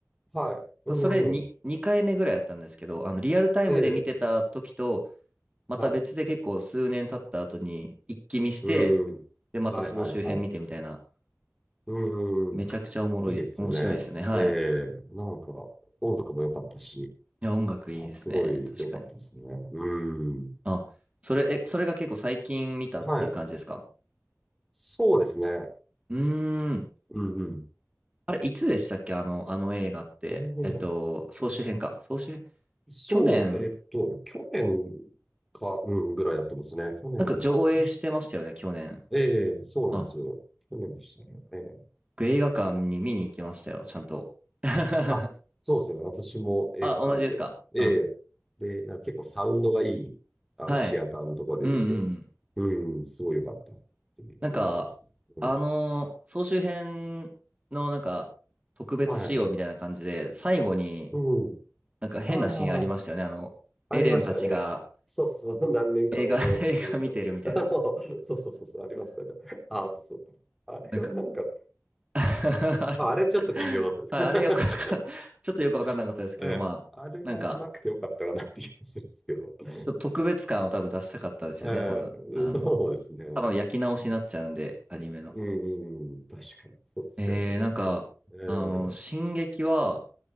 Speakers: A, in the centre; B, on the right.
A: はい。
B: こそれに2回目ぐらいやったんですけど、
A: うん、
B: あのリアルタイムで見てた時と、
A: ええ、
B: また別で結構数年経った後に一気見して、
A: はい。うん。
B: で、また総集編見てみたいな、
A: はいはいはい。うん。
B: めちゃくちゃおもろい、
A: いいですよね。
B: 面白いですよね。はい。
A: ええ、
B: い
A: なんか、音楽も良かったし、い
B: や、音楽いいですね。
A: や、すごい良かったですね。
B: 確かに。
A: うん。
B: あ、それ、え、それが結構最近見たっていう感じですか
A: はい。そうですね。
B: うーん。
A: うんうん。
B: あれ、いつでしたっけあの、あの映画って。
A: あのね、
B: えっと、総集編か。
A: き
B: 総集編。
A: そう、
B: 去年、
A: えっと、去年か、うん、ぐらいだったんですね。去年、
B: なんか上映してましたよね、
A: 今年。
B: 去年。
A: ええそうなんですよ。
B: あ
A: 去年でしたね。ええ
B: 僕映画館に見に行きましたよ、ちゃんと。<laughs>
A: あ、そうですね。私も映画館で。
B: あ、同じですかあ、
A: ええで、なんか結構サウンドがいい、あの、
B: はい。
A: シアターのとこで見て、
B: うんうん。
A: うん、すごい良かったって思ってます。
B: なんか、
A: うん。
B: あのー総集編のなんか、特別仕様みたいな感じで、
A: はい。
B: 最後に
A: うん。
B: なんか変なシーンありましたよね。
A: ああ、
B: あの、エレンたちが
A: ありましたね。そうそう、<laughs> 何年か後のあれですよ。
B: 映画、<laughs> 映画見てるみたいな。
A: <laughs> そうそうそうそう、ありましたね。ああ、そうそう。あれはなんか、
B: なんか <laughs> あれ
A: まあ、あれちょっと微妙だったで
B: はい、あれよくわかん、ちょっとよくわかんなかったですけど、
A: す。<laughs> ええ、
B: まあ、
A: あれはなくてよかったかなって気がするんですけど。
B: なんか、
A: <laughs>
B: ちょっと特別感を多分出したかったですよね、
A: え
B: 多分。あの、
A: え、そうですね。
B: 多分焼き直しになっちゃうんで、アニメの。
A: うん、うんうん、確かにそうですけどね。
B: えー、なんか、
A: え
B: あの、進撃は、